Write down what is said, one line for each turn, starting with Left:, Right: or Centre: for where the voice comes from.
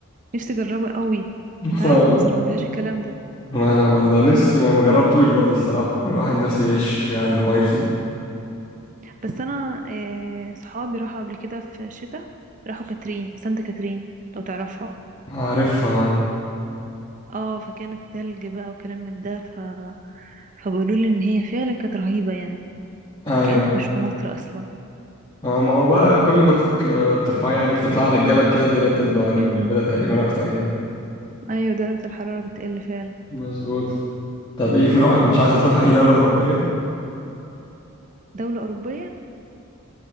Right: نفسي اجربه قوي
Left: <laughs>
Right: انت عارف مصر ما فيهاش الكلام ده
Left: ما انا برضه نفسي ما ما جربتوش برضه الصراحه الواحد نفسه يعيش يعني الفايبس دي
Right: بس انا آه، صحابي راحوا قبل كده في الشتاء راحوا كاترين سانت كاترين لو تعرفها
Left: عارفها
Right: اه فكانت تلج بقى وكلام من ده ف... فبيقولوا لي ان هي فعلا كانت رهيبة يعني
Left: ايوه
Right: كأنك مش في مصر اصلا
Left: آه، ما هو بقى كل ما تطل- ترفع يعني تطلع على الجبل كده الدنيا بتبقى متجمدة
Right: امم
Left: تقريبا اكتر يعني
Right: ايوه درجة الحرارة بتقل فعلا
Left: مظبوط طب ايه في روح مش عايزه تروح اي دوله اوروبيه
Right: دولة أوروبية